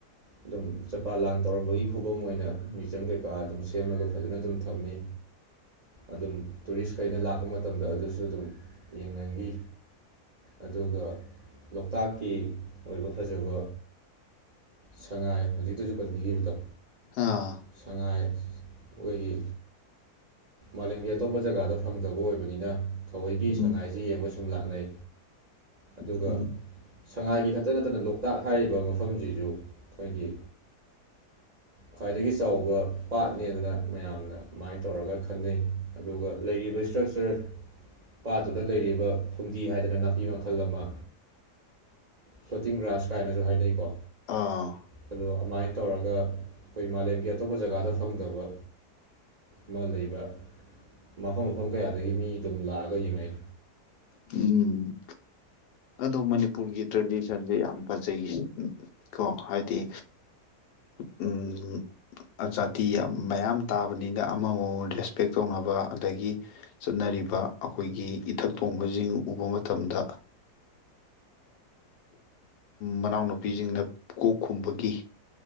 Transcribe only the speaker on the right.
ꯑꯗꯨꯝ ꯖꯄꯥꯟ ꯂꯥꯟ ꯇꯧꯔꯝꯕꯒꯤ ꯈꯨꯕꯝ ꯑꯣꯏꯅ ꯃ꯭ꯌꯨꯖꯝ ꯀꯩꯀꯥ ꯑꯗꯨꯝ ꯁꯦꯝꯃꯒ ꯐꯖꯅ ꯑꯗꯨꯝ ꯊꯝꯃꯤ ꯑꯗꯨꯝ ꯇꯨꯔꯤꯁꯈꯩꯅ ꯂꯥꯛꯄ ꯃꯇꯝꯗ ꯑꯗꯨꯁꯨ ꯑꯗꯨꯝ ꯌꯦꯡꯅꯈꯤ ꯑꯗꯨꯒ ꯂꯣꯛꯇꯥꯛꯀꯤ ꯑꯣꯏꯕ ꯐꯖꯕ ꯁꯉꯥꯏ ꯍꯧꯖꯤꯛꯇꯁꯨ ꯄꯟꯕꯤꯈꯤꯕꯗꯣ
ꯁꯉꯥꯏ ꯑꯩꯈꯣꯏꯒꯤ ꯃꯥꯂꯦꯝꯒꯤ ꯑꯇꯣꯞꯄ ꯖꯒꯥꯗ ꯐꯪꯗꯕ ꯑꯣꯏꯕꯅꯤꯅ ꯊꯑꯣꯣꯏꯒꯤ
ꯁꯉꯥꯏꯁꯤ ꯌꯦꯡꯕ ꯁꯨꯝ ꯂꯥꯛꯅꯩ ꯑꯗꯨꯒ
ꯁꯉꯥꯏꯒꯤ ꯈꯛꯇ ꯅꯠꯇꯅ ꯂꯣꯛꯇꯥꯛ ꯍꯥꯏꯔꯤꯕ ꯃꯐꯝꯁꯤꯁꯨ ꯑꯩꯈꯣꯏꯒꯤ ꯈ꯭ꯋꯥꯏꯗꯒꯤ ꯆꯥꯎꯕ ꯄꯥꯠꯅꯦꯗꯅ ꯃꯌꯥꯝꯅ ꯑꯗꯨꯃꯥꯏꯅ ꯇꯧꯔꯒ ꯈꯟꯅꯩ ꯑꯗꯨꯒ ꯂꯩꯔꯤꯕ ꯏꯁꯇ꯭ꯔꯛꯆꯔ ꯄꯥꯠꯇꯨꯗ ꯂꯩꯔꯤꯕ ꯐꯨꯝꯗꯤ ꯍꯥꯏꯗꯅ ꯅꯥꯄꯤ ꯃꯈꯜ ꯑꯃ ꯐ꯭ꯂꯣꯇꯤꯡ ꯒ꯭ꯔꯥꯁ ꯀꯥꯏꯅꯁꯨ ꯍꯥꯏꯅꯩꯀꯣ
ꯑꯗꯣ ꯑꯗꯨꯃꯥꯏꯅ ꯇꯧꯔꯒ ꯑꯩꯈꯣꯏ ꯃꯥꯂꯦꯝꯒꯤ ꯑꯇꯣꯞꯄ ꯖꯒꯥꯗ ꯐꯪꯗꯕ ꯑꯃ ꯂꯩꯕ ꯃꯐꯝ ꯃꯐꯝ ꯀꯌꯥꯗꯒꯤ ꯃꯤ ꯑꯗꯨꯝ ꯂꯥꯛꯑꯒ ꯌꯦꯡꯅꯩ